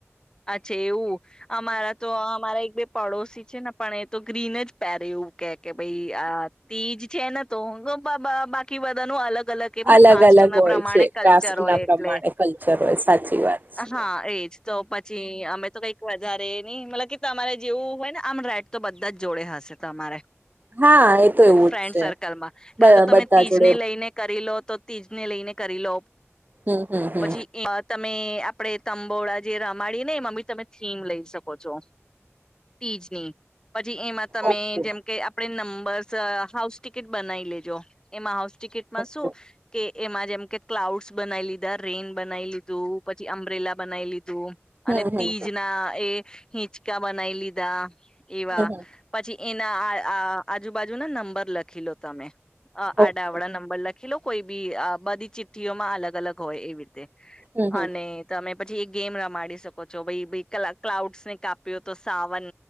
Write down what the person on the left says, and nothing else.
અચ્છા એવું! અમારા તો આ મારે એક બે પડોશી છે ને પણ એ તો ગ્રીન જ પહેરયુ એવું કે કે ભઈ આ તીજ છે ને તો તો બ બ બાકી બધાંનું અલગ-અલગ કેમને
કાસ્ટના
પ્રમાણે
કલ્ચર
હોય
એટલે
હા
એજ. ચૌપટ. જી અમે તો કંઈક વધારે નઈ મતલબ કે તમારે જેવું હોય ને આમ રાઈટ તો બધા જ જોડે હશે તમારે.
ફ્રેન્ડ
સર્કલમાં કા
તો તમે તીજને
લઈને કરી લો તો તીજને લઈને કરી લો
પછી <inaudible> તમે આપડે તંબોળા જે રા માળીને એમાં બી તમે થીમ લઈ શકો છો તીજની. પછી એમાં તમે
જેમ કે આપડે નંબર્સ સ હાઉસ ટિકિટ બનાવી લેજો એમાં હાઉસ ટિકિટમાં
શું કે એમાં જેમ કે ક્લાઉડ્સ બનાવી લીધાં, રેઈન બનાઈ લીધું પછી અંબરેલા બનાઈ લીધું.
અને
તીજના એ હિંચકા બનાઈ લીધાં એવાં
પછી એના આ આ આજુબાજુના નંબર લખી લો તમે. અ આડાઆવળા
નંબર લખી લો કોઈ બી અ બધી ચિઠ્ઠીઓમાં અલગ-અલગ હોય એવી રીતે.
અને તમે પછી એ ગેમ રમાડી શ શકો છો ભઈ ભઈ ક્લાઉડસને કાપ્યો તો સાવન